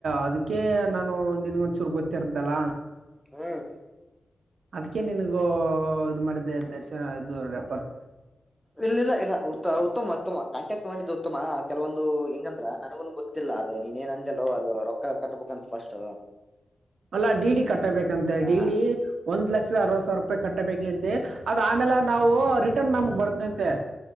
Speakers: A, on the right (about 80°); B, in the centre.
A: ಅದಕ್ಕೆ ಅಕೆ ನಾನು ನಿನ್ಗೊಂಚೂರ್ ಗೊತ್ತಿರ್ದಲ್ಲ
B: ಹ್ಮ್
A: ಅದ್ಕ ನಿನಗೂ ಇದು ಮಾಡಿದ್ದೆ ದರ್ಶನ ಇದು ರ
B: ಇಲ್ಲ ಇಲ್ಲ ಇಲ್ಲ ಉ ಉತ್ತಮ ಉತ್ತಮ ಕಾಂಟ್ಯಾಕ್ಟ್ ಮಾಡಿದ್ದು ಉತ್ತಮ ಕೆಲವೊಂದು ಹೆಂಗಂದ್ರ ನನಗುನು ಗೊತ್ತಿಲ್ಲ ಅದು ನೀನನ್ ಅಂದೆಲ್ಲೋ ಅದು ರೊಕ್ಕ ಕಟ್ಬೇಕಂತತ್ ಫಸ್ಟ್
A: ಅಲ್ಲ ಡಿ ಡಿ ಕಟ್ಟಬೇಕಂತೆ
B: ಹಾ
A: ಡಿ ಡಿ ಒಂದ್ ಲಕ್ಷ ಅರ್ವತ್ತು ಸಾವಿರ ರೂಪಾಯಿ ಕಟ್ಟಬೇಕಂತ ಅದ ಆಮೇಲೆ ನಾವು ರಿಟರ್ನ್ ನಮಗ್ ಬರ್ತಂತೆ